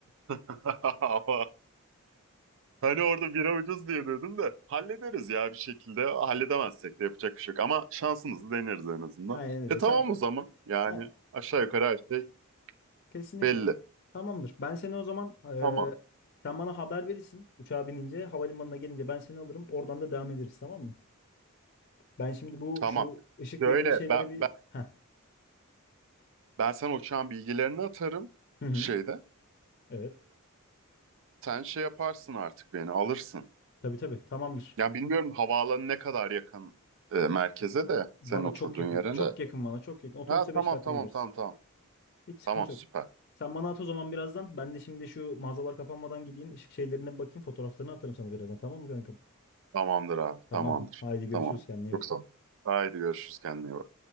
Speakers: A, on the right (about 60°); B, on the left (about 45°).
A: <laughs> Ama hani orada bira ucuz diye dedim de hallederiz ya bir şekilde. Halledemezsek de yapacak bir şey yok. Ama şansımızı deneriz en azından.
B: Aynen öyle.
A: E tamam
B: Sen
A: o zaman. Yani
B: Ay-
A: aşağı yukarı her şey
B: kesinlikle.
A: belli.
B: Tamamdır. Ben seni o zaman eee,
A: Tamam.
B: sen bana haber verirsin uçağa binince, havalimanına gelince ben seni alırım. Oradan da devam ederiz tamam mı? Ben şimdi bu
A: Tamam.
B: şu ışık
A: Şöyle
B: dediğimiz şeylere
A: ben,
B: bir
A: ben,
B: Heh.
A: ben sana uçağın bilgilerini atarım
B: Hı hı.
A: şeyde.
B: Evet.
A: Sen şey yaparsın artık beni alırsın.
B: Tabii tabii. Tamamdır.
A: Ya bilmiyorum havaalanı ne kadar yakın e, merkeze de
B: Bana
A: senin oturduğun
B: çok yakın.
A: yere
B: Çok
A: de.
B: yakın bana. Çok yakın. Otobüse
A: Ha tamam
B: 5 dakikada
A: tamam
B: gideriz.
A: tamam tamam.
B: Hiç sıkıntı
A: Tamam
B: yok.
A: süper.
B: Sen bana at o zaman birazdan. Ben de şimdi şu mağazalar kapanmadan gideyim. Işık şeylerine bakayım. Fotoğraflarını atarım sana birazdan. Tamam mı kankam?
A: Tamamdır abi
B: Tamam.
A: tamamdır.
B: Haydi görüşürüz.
A: Tamam.
B: Kendine iyi
A: çok
B: bak.
A: sağ ol. Haydi görüşürüz kendine iyi bak.